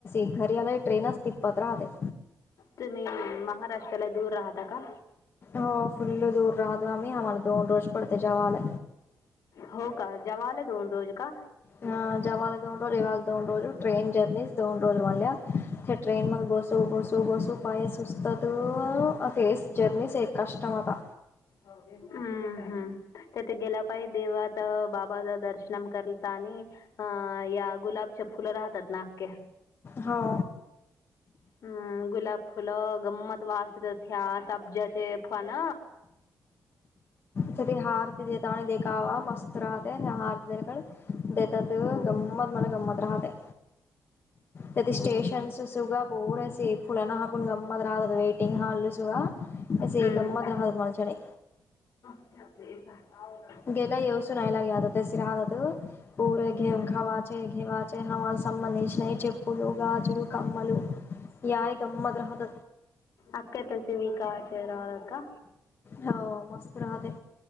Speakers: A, on the left; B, on the left.
A: घरी आला ट्रेनचस तिपत राहते.
B: तुम्ही महाराष्ट्राला दूर राहता का.
A: हो फुल्ल दूर राहतो आम्ही आम्हाला दोन रोज पडते जेवा्हाला
B: हो का जवाला दोन रोज का.
A: अ जवा्हाला दोन रोज येव्हा दोन रोजू ट्रेन जर्नी दोन रोज म ट्रेन ममध्ये बस बस बसू पायस उ असत अ ते जर्नी स एक कष्टम आता
B: हम्म हम्म. त्याथे गेला पाहि देवात बाबाच दर्शन करत आणि. अ या गुलाबच्या फुलं राहतात ना्या.
A: हो.
B: हम्म गुलाब फुलं गंमत वासत्या अब्ज्याचे फवान.
A: थ त हार देता देखा वा मस्त रहते त हार. देतात
B: हा.
A: गंमत म्हला गंमत राहते. त
B: हा
A: स्टेशनस
B: हा.
A: सुग बोर आहे फुलाना हाकून गमत राहतात वेटिंग हाल् सुग असे
B: हम्म.
A: गमत राहतात मलचडी
B: हो.
A: गेला येवस नैलागे आत सिर आो ऊर घे
B: हम्म.
A: ख हवा घेवाचे हर संबंधीश नाही. चेपळ गाजू कमल याय गम द रहद
B: अकाताच व काचार का?
A: हो मस्त राहते